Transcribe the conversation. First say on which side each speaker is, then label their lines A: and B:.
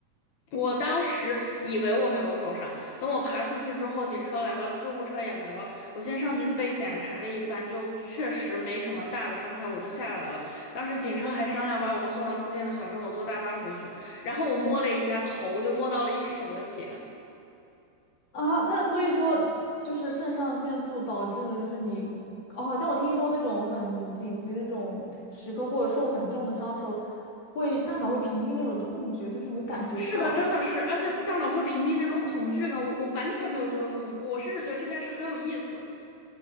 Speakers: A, on the left; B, on the left.
A: 我当时以为我没有受伤，等我爬出去之后，警车来了，救护车也来了。我先上去被检查了一番，就确实没什么大的伤害，我就下来了。当时警车还商量把我送到附近的小镇，我坐大巴回去。然后我摸了一下头，就摸到了一手的血。
B: 啊，那所以说就是肾上腺素导致的，就是你，哦，好像我听说那种很紧急那种时刻或者受很重的伤的时候，会大脑会屏蔽那种痛觉，就是你会感觉不到。
A: 是的，真的是，而且大脑会屏蔽那种恐惧感，我我完全没有觉得恐怖，我甚至觉得这件事很有意思。